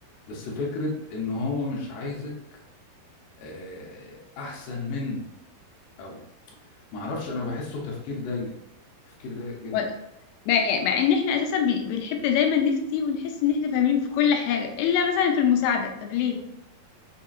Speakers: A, on the left; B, on the left.
A: بس فكره ان هو مش عايزك آه، احسن منه او معرفش انا بحسه تفكير ضيق تفكير ضيق جدا
B: و- مع يعني مع ان احنا اساسا بي- بنحب دايما نفتي ونحس ان احنا فاهمين في كل حاجه الا مثلا في المساعده طب ليه